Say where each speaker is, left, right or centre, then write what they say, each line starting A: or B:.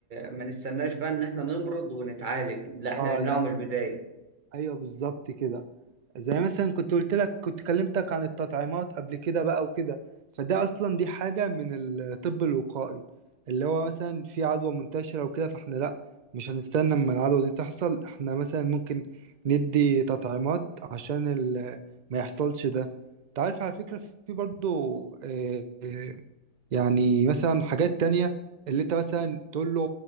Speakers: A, on the right; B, on the right.
A: ما نستناش بقى ان احنا نمرض ونتعالج لا احنا
B: اه
A: نمنعه
B: لا
A: من البدايه
B: ايوه بالظبط كده زي مثلا كنت قلت لك كنت كلمتك عن التطعيمات قبل كده بقى وكده فده اصلا دي حاجة من الطب الوقائي اللي هو مثلا في عدوى منتشرة وكده فاحنا لا مش هنستنى اما العدوى دي تحصل احنا مثلا ممكن ندي تطعيمات عشان ال- ما يحصلش ده انت عارف على فكرة في برضو آه، آه، يعني مثلا حاجات تانية اللي انت مثلا تقول له